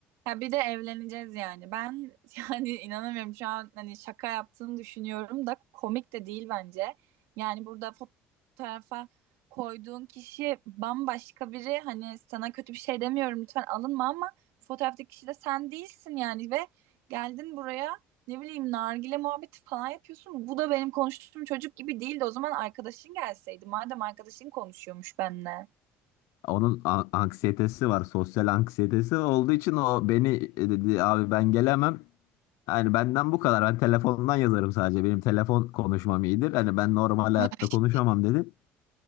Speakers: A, on the right; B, on the left.
A: Ya bir de evleneceğiz yani. Ben <laughs> yani inanamıyorum şu an hani şaka yaptığını düşünüyorum da komik de değil bence. Yani burada fotoğrafa koyduğun kişi bambaşka biri. Hani sana kötü bir şey demiyorum lütfen alınma ama bu fotoğraftaki kişi de sen değilsin yani ve geldin buraya ne bileyim nargile muhabbeti falan yapıyorsun. Bu da benim konuştuğum çocuk gibi değildi. O zaman arkadaşın gelseydi. Madem arkadaşın konuşuyormuş benimle.
B: Onun a- anksiyetesi var. Sosyal anksiyetesi olduğu için o beni e, dedi abi ben gelemem. Yani benden bu kadar. Ben telefondan yazarım sadece. Benim telefon konuşmam iyidir. Hani ben normal
A: Ay.
B: hayatta konuşamam dedi.